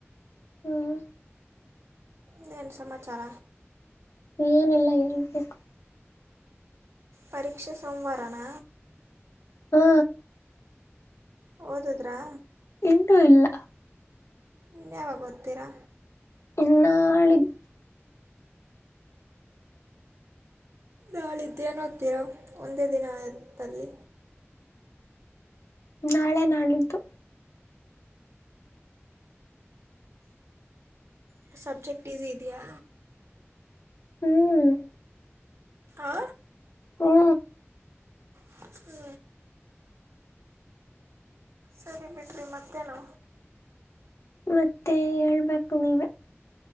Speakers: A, on the left; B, on the right.
A: ಹ್ಮ್
B: ನು ಸಮಾಚಾರ
A: ಏನಿಲ್ಲ ಹೇಳ್ಬೇಕು
B: ಪರೀಕ್ಷಾ ಸೋಮವಾರನಾ
A: ಹಾ
B: ಹಓದದ್ರಾ
A: ಇಂಟು ಇಲ್ಲ
B: ಇನ್ನು ಯಾವಾಗ ಗೊತ್ತೀರಾ
A: ಇನ್ನಾಳಿ
B: ನಾಳಿದ್ದೇನ ಹೋಗ್ತೀರಾ ಒಂದೇ ದಿನದಲ್ಲಿ
A: ನಾಳೆ ನಾಳಿದ್ದು
B: ಹ ಸಬ್ಜೆಕ್ಟ್ ಈಸ ಇದೆಯಾ
A: ಹ್ಮ್
B: ಆ
A: ಹ್ಮ
B: ಹ್ಮ ಸರಿ ಬಿಡ್ರಿ ಮತ್ತೇನು
A: ಮತ್ತೆ ಹೇಳ್ಬೇಕು ನೀವ